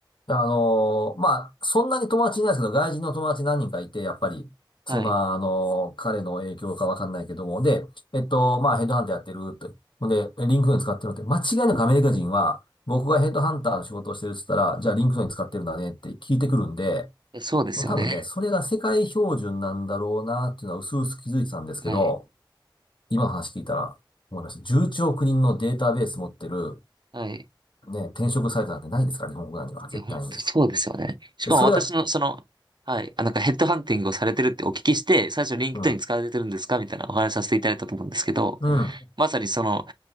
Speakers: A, on the left (about 75°); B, on the right (about 60°).
A: あのーまあ、そんなに友達いないですけど、外人の友達何人かいて、やっぱり、そんな、
B: はい。
A: あのー彼の影響かわかんないけども、で、えっと、まあ、ヘッドハンターやってるって、ほんで、リンクトイン使ってるって、間違いなくアメリカ人は、僕がヘッドハンターの仕事をしてるって言ったら、じゃあリンクトイン使ってるんだねって聞いてくるんで、
B: えそうですよね。
A: もう多分ね、それが世界標準なんだろうなっていうのは薄々気づいてたんですけど、
B: はい。
A: 今の話聞いたら思いました。11人のデータベース持ってる、
B: はい。
A: ね、転職サイトなんてないですから、日本国内には絶対に。
B: いや、本当そうですよね。しかも私の、
A: で、それが、
B: その、はい、あ、なんかヘッドハンティングをされてるってお聞きして、最初リンクトイン使われてるんですかみたいなお話しさせていただいたと思うんですけど、
A: うんうん、
B: まさにその思